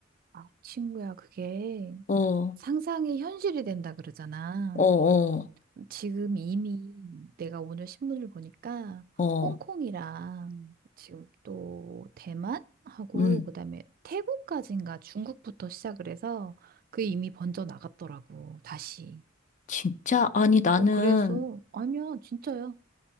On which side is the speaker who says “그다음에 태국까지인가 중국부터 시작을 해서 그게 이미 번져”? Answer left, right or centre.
Right